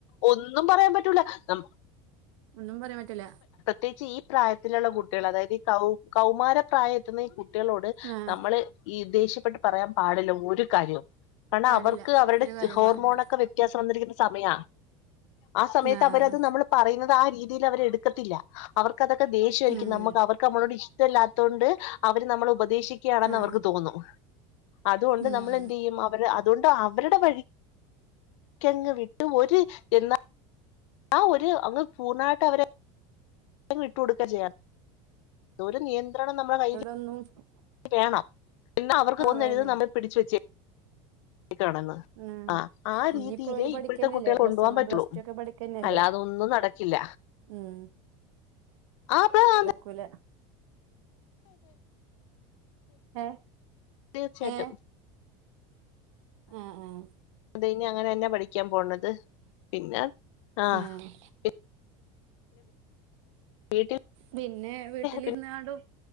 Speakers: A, on the left (about 80°); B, on the right (about 85°).
A: ഒന്നും പറയാൻ പറ്റൂല നമ്മ -
B: ഒന്നും പറയാൻ പറ്റൂല
A: പ്രത്യേകിച്ച് ഈ പ്രായത്തിലുള്ള കുട്ടികള് അതായത് ഈ കൗ കൗമാര പ്രായം എത്തുന്ന ഈ കുട്ടി - കുട്ടികളോട്
B: ആഹ്
A: നമ്മള് ഈ ദേഷ്യപ്പെട്ട് പറയാൻ പാടില്ല ഒരു കാര്യോം കാരണം
B: പാടില്ല
A: അവർക്ക് അവരുടെ
B: ഒരു കാര്യം
A: ഹോർമോൺ
B: പറയാൻ പാടില്ല
A: ഒക്കെ വ്യത വ്യത്യാസം വന്നിരിക്കുന്ന സമയ ആ സമയത്ത്
B: ആഹ്
A: അവരത് നമ്മൾ - പറയുന്നത് ആ രീതിയിൽ അവര് എടുക്കത്തില്ല അവർക്ക് അതൊക്കെ ദേഷ്യമായിരിക്കും
B: ഉം
A: നമുക്ക് അവർക്ക് നമ്മളോട് ഇഷ്ടം ഇഷ്‌ട്ടല്ലാത്തൊണ്ട് അവര് നമ്മള് ഉപദേശിക്കുകയാണെന്ന്
B: ആഹ്
A: അവർക്ക് തോനും അതുകൊണ്ട്
B: ഉം
A: നമ്മ ഇപ്പ എന്ത് ചെയും അവര് അതുകൊണ്ട് അവരുടെ വഴിക്കങ്ങ് വിട്ട് ഒര് എന്നാൽ - ആഹ് ഒരു അങ്ങ് പൂർണായിട്ട് അവരെ വിട്ട് കൊടുക്ക ചെയ്യാം ഒരു നിയത്രണം നമ്മടെ കയ്യില് -
B: ഒന്നും <unintelligible>
A: വേണം പിന്നെ അവർക്ക് ഒന്ന്
B: വേണേ
A: എഴുതുന്നത് നമ്മൾള് പിടിച്ച് വെച്ച <unintelligible>
B: ഉം
A: ആഹ് ആ
B: ഇനിയിപ്പോ
A: രീതിയില്
B: ഓല് പഠിക്കന്നല്ലേ
A: ഇപ്പോഴത്തെ കുട്ടികളെ
B: പ്ലസ്
A: കൊണ്ടു പോവാൻ
B: വണ്ണും
A: പറ്റുള്ളൂ
B: പ്ലസ് ടു ഒക്കെ പഠിക്കന്നല്ലേ
A: അല്ലാതൊന്നും നടക്കില്ല.
B: ഉം
A: അപ്പ അ <unintelligible>
B: കുല ഏഹ്
A: തീർച്ചയായിട്ടും.
B: ഏഹ് ആഹ് ആഹ്
A: അത് കഴിഞ്ഞ അങ്ങനെ തന്നാ പഠിക്കാൻ പോണത് പിന്നെ ആ
B: ഏയെ
A: പിന്നെ വീട്ടില്
B: പിന്നെ വീട്ടിലിരുന്നാണ്ടും
A: പിന്നെ